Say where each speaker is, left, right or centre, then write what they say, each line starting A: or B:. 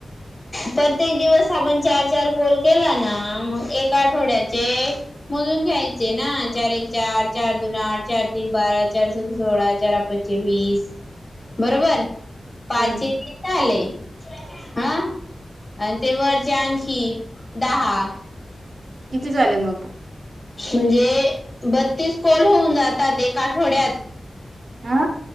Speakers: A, on the left; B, on the right.
A: प्रत्येक दिवस आपण चार चार कॉल केला ना, मग एक आठवड्याचे मोजून घ्यायचे ना चार एके चार चार दोन आठ त्रिक बारा चार चोक सोळा चार पै <unintelligible> वीस बरोबर <unintelligible>
B: हम्म
A: - हा आणि ते वरचे आणखी, दहा-
B: किती झाले मग?
A: म्हणजे बत्तीस कोल होऊन जातात एक आठवड्यात.
B: हा.